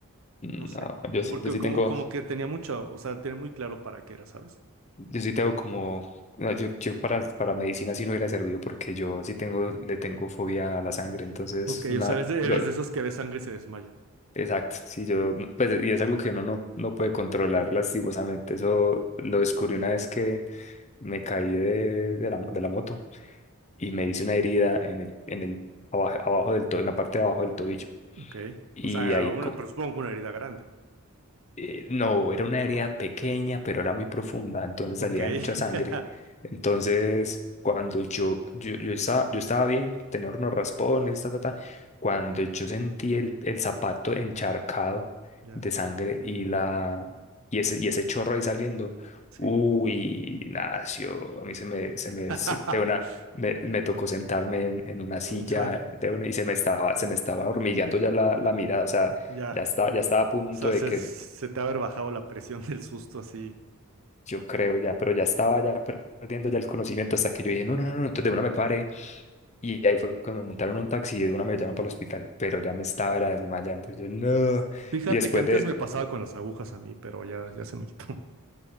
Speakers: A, on the left (about 30°); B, on the right (about 65°).
A: No,
B: No sé,
A: yo
B: porque
A: sí, yo sí
B: como,
A: tengo.
B: como que tenía mucho, o sea, tenía muy claro para qué era, ¿sabes?
A: Yo sí tengo como, no, yo, yo para, para medicina sí no hubiera servido porque yo sí tengo, le tengo fobia a la sangre, entonces,
B: Ok,
A: una,
B: o sea, eres de,
A: lo-
B: eres de esos que ve sangre y se desmaya.
A: exacto, sí, yo, no- pues, y es algo que uno no, no puede controlar lastimosamente, eso lo descubrí una vez que me caí de, de la, de la moto y me hice una herida en el, en el, abajo, abajo del tobillo, en la parte de abajo del tobillo,
B: Ok.
A: y
B: O sea,
A: ahí
B: una,
A: co-
B: pero supongo que una herida grande,
A: eh, no, era una herida
B: ¿no?
A: pequeña, pero era muy profunda, entonces
B: Ok.
A: salía
B: <laughs>
A: mucha sangre. Entonces, cuando yo, yo, yo estaba, yo estaba bien, tenía unos raspones, ta, ta, ta, cuando yo sentí el, el zapato encharcado
B: Ya,
A: de sangre y, la, y, ese, y ese chorro ahí saliendo,
B: sí.
A: uy, nació, a mí se me, se me,
B: <laughs>
A: se- de una, me, me tocó sentarme en, en una silla
B: O sea,
A: de una, y se me estaba, se me estaba hormigueando
B: mm,
A: ya la, la mirada, o sea,
B: ya,
A: ya estaba, ya estaba a punto
B: o sea,
A: de
B: se,
A: que
B: se te ha haber bajado la presión del susto así,
A: Yo creo ya, pero ya estaba ya perdiendo ya el conocimiento hasta que yo dije, no,
B: ya.
A: no, no, no, entonces de una me paré y ahí fue cuando me montaron un taxi y de una me llevaron para el hospital, pero ya me estaba era desmayando, y yo no,
B: Fíjate
A: y después
B: que antes
A: de,
B: me pasaba con las agujas a mí, pero ya, ya se me quitó. <laughs>